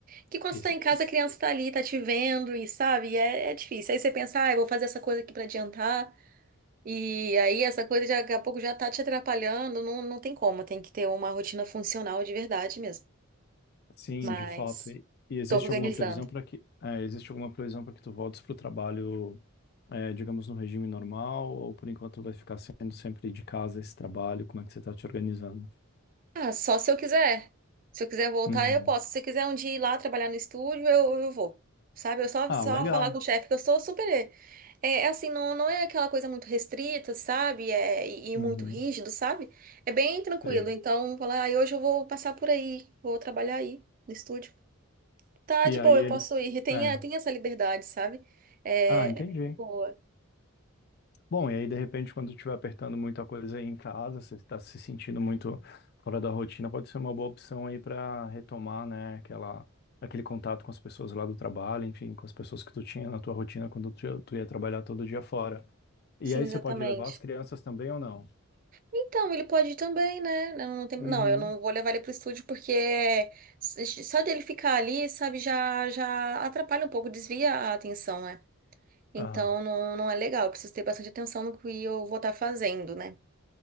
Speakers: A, on the right; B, on the left.
A: Que quando
B: Isso.
A: você tá em casa, a criança tá ali, tá te vendo e, sabe, é, é difícil. Aí você pensa, ah, eu vou fazer essa coisa aqui pra adiantar. E aí essa coisa já, daqui a pouco já tá te atrapalhando. Não, não tem como, tem que ter uma rotina funcional de verdade mesmo.
B: Sim,
A: Mas
B: de fato. E, e existe
A: tô organizando.
B: alguma previsão para que é, existe alguma previsão para que tu voltes para o trabalho, é, digamos, no regime normal, ou por enquanto vai ficar sendo sempre de casa esse trabalho? Como é que você está te organizando?
A: Ah, só se eu quiser. Se eu quiser voltar,
B: Uhum.
A: eu posso. Se você quiser um dia ir lá trabalhar no estúdio, eu, eu vou. Sabe? Eu só,
B: Ah,
A: só
B: legal.
A: falar com o chefe que eu sou super. É, é assim, não, não é aquela coisa muito restrita, sabe? É, e, e
B: Uhum.
A: muito rígido, sabe? É bem tranquilo.
B: Sei.
A: Então, falar, ah, hoje eu vou passar por aí, vou trabalhar aí no estúdio. Tá
B: E
A: de
B: aí
A: boa,
B: ele.
A: eu posso ir. Tem,
B: É.
A: a- tem essa liberdade, sabe? É,
B: Ah, entendi.
A: é boa.
B: Bom, e aí de repente, quando estiver apertando muita coisa aí em casa, você está se sentindo muito fora da rotina, pode ser uma boa opção aí para retomar, né, aquela, aquele contato com as pessoas lá do trabalho, enfim, com as pessoas que tu tinha na tua rotina quando tu, ia tu ia trabalhar todo dia fora. E
A: Sim,
B: aí
A: exatamente.
B: você pode levar as crianças também ou não?
A: Então, ele pode ir também, né? Não, não, tem-
B: Uhum.
A: não, eu não vou levar ele pro estúdio porque s- só dele ficar ali, sabe, já, já atrapalha um pouco, desvia a atenção, né? Então,
B: Aham,
A: não, não é legal. Eu preciso ter bastante atenção no que eu vou estar fazendo, né?